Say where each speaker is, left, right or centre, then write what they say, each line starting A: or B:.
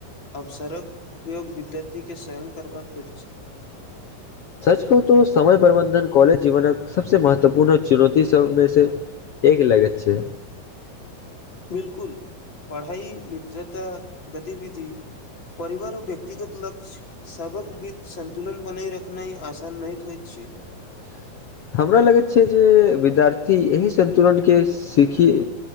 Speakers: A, on the left; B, on the left.
A: अवसरक उपयोग विद्यार्थीके स्वयं करबाक होइत छै
B: <unintelligible> सच कहु त समय प्रबन्धन कॉलेज जीवनक सबसे महत्वपूर्ण चुनौती सबमे से एक लगै छैय।
A: बिलकुल पढ़ाइ मित्रता गतिविधि परिवारो व्यक्तिगत लक्षय सबक बिच सन्तुलन बनाइ रखनाइ आसान नत होइत छैय।
B: <unintelligible> हमरा लगैत छैय जे विद्यार्थी एहि संन्तुलनके सीखी